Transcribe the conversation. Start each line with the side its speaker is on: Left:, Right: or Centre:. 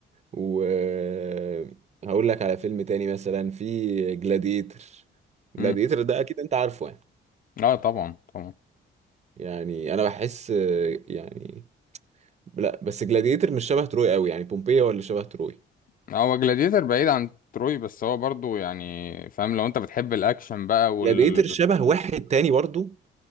Right: وهقول لك على فيلم تاني مثلا في جلاديتر جلاديتر
Left: امم
Right: ده اكيد انت عارفه يعني
Left: اه طبعا طبعا
Right: يعني انا بحس آه، يعني لا بس جلاديتر مش شبه تروي قوي يعني بومبي هو اللي شبه تروي
Left: هو جلاديتر بعيد عن تروي بس هو برضو يعني فاهم لو انت بتحب الاكشن بقى وال
Right: جلاديتر شبه واحد تاني برضو